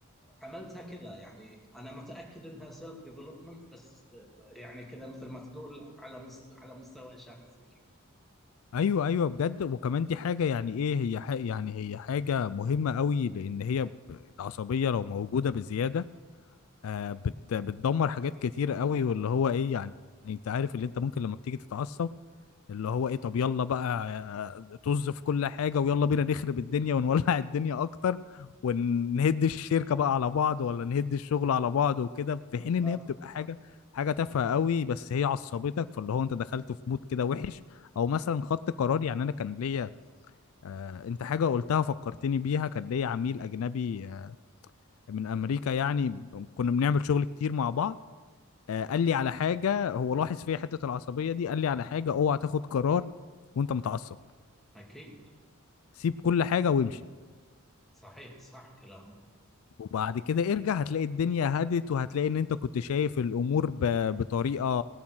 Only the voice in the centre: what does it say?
عملتها كذا يعني انا متاكد انها سيلف ديفلوبمنت بس آه، يعني كذا مثل ما تقول على مست... على مستوى شخصي يعني
بالضبط
أكيد
صحيح صح كلامك